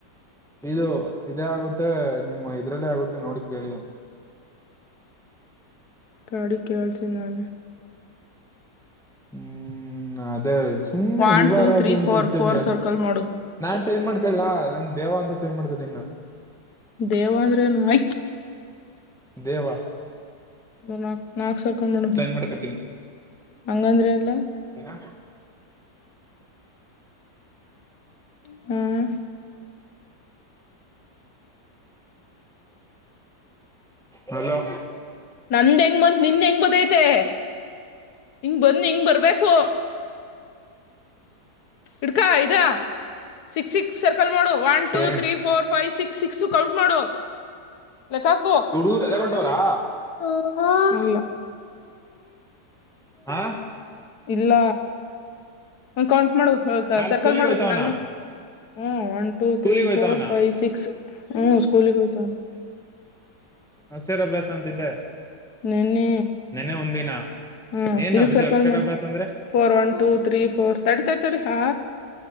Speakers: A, in the centre; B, on the left.
A: ಇದು ಇದೇ ಆಗುತ್ತೆ ನಿಮ್ಮ ಇದ್ರಲ್ಲೇ ಆಗುತ್ತೆ ನೋಡಿ ಕೇಳಿ ಅಂದರು
B: ತಾಡಿ ಕಳ್ಸ ನಾನ
A: ಹ್ಮ್ ಅದೇ ಸುಮ್ನೆ
B: ಒನ್
A: ಯುವ
B: ಟೂ
A: ರಾಜು
B: ತ್ರೀ
A: ಅಂತ
B: ಫೋರ್
A: ಇಟ್ಟಿದ್
B: ಫೋರ್
A: ಹತ್ರ
B: ಸರ್ಕಲ್ ಮಾಡು
A: ನಾ ಚೇಂಜ್ ಮಾಡ್ಕೊಳ್ಳಲ್ಲಾ ನಂಗ್ ದೇವ ಅಂತ ಚೇಂಜ್ ಮಾಡ್ಕದೀ ನಾನನ್
B: ದೇವಂದ್ರೆನುೈ
A: ದೇವಾ
B: ನಾಕ ನಾಕ ಸರ್ಕ ಮೇಡಮ
A: ಮಾಡ್ಕತೀನಿ
B: ಹಂಗಂದ್ರೆ ಎಲ್ಲ
A: ಏನ
B: ಹ್ಮ್
A: ಹಲೋ
B: ನಂದ ಹೆಂಗ ಬಂದ ನಿನ್ ಹೆಂಗ್ ಬದೈತೆ ಹಿಂಗ ಬನ್ನಿ ಹಿಂಗ ಬರ್ಬೇಕು ಇಡ್ಕಾ ಇದಾ six six circle no one
A: ಕೆ
B: two three four five six six count ಮಾಡೋ ಲೆಕ್ಕಾಕುಲ್ಲ
A: ಹುಡುಗರು ರಜೆ ಕೊಟ್ಟವ್ರಾ ಆ
B: ಇಲ್ಲ ಕೌಂಟ್ ಮಾಡು
A: ಕಾಲ್
B: ಸರ್ಕಲ್
A: ಸ್ಕೂಲಿಗೆ
B: ಮಾಡು
A: ಹೋಯ್ತಾವನ
B: ನನ್ನ ಹ್ಮ ಒನ್ ಟೂ
A: ಸ್ಕೂಲಿಗೆ
B: ತ್ರೀ
A: ಹೋಯ್ತಾವನ
B: ಫೋರ್ ಫೈವ್ ಸಿಕ್ಸ್ ಹ್ಮ್ ಸ್ಕೂಲ ಹಯ್ತ
A: ಹಸಿರ್ ಅಭ್ಯಾಸ ಅಂತಿದ್ದೆ
B: ನನ್ನ
A: ನೆನ್ನೆ ಒಂದಿನ
B: ಹ್ಮ
A: ಏನ್
B: ಇದಕ್
A: ಅಭಿಷೇಕ್
B: ಸರ್ಕಲ್
A: ಅಕ್ಷರಾಭ್ಯಾಸ
B: ಮಾಡುದು
A: ಅಂದ್ರೆ
B: four one two three four ತಡಿ ತರ್ ತಾರೆ ಹಾ